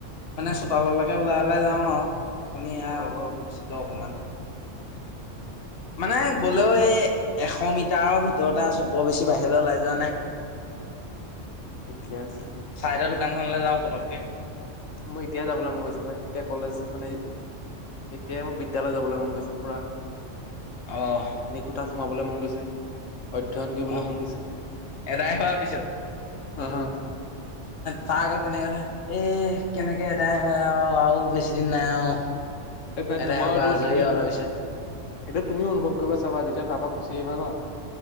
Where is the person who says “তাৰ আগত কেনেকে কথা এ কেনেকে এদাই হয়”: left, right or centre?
Left